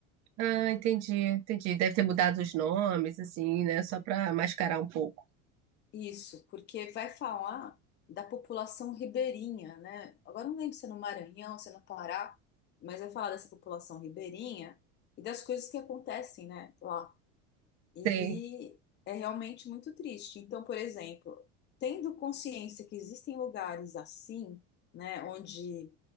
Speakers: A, on the right; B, on the left.
A: ah, entendi, entendi. Deve ter mudado os nomes, assim, né? Só pra mascarar um pouco.
B: Isso, porque vai falar da população ribeirinha, né? Agora não lembro se é no Maranhão, se é no Pará, mas vai falar dessa população ribeirinha e das coisas que acontecem, né, lá. E
A: Tem.
B: é realmente muito triste. Então, por exemplo, tendo consciência que existem lugares assim, né, onde